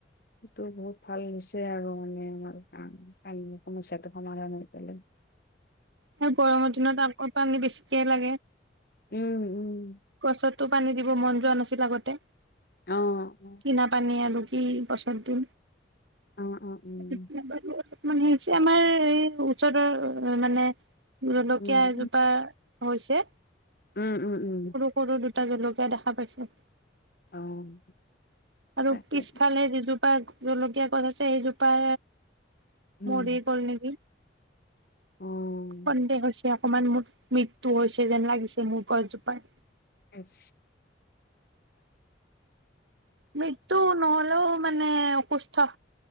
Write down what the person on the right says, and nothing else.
সেই গৰমৰ দিনত আকৌ পানী বেছিকে লাগে
গছতো পানী দিব মন যোৱা নাছিলি। আগতে
কিনা পানী আলু এই বছৰটো
<unintelligible> মানেহে হৈছে আমাৰ এই ওচৰৰ মানে জলকীয়া
এজোপা হৈছে
সৰো দুটা জলকীয়া দেখা পাইছে।
আৰু
পিছফালে যিজোপা জলকীয়া ক'ত আছে। সেই জোপা
মৰি গল নেকি।
সন্দেহ হৈছে অকমান মোৰ মৃত্যু তো হৈছে যেন লাগিছে মোৰ গছজোপাত
মৃত্যু নহলেও মানে অসুস্থ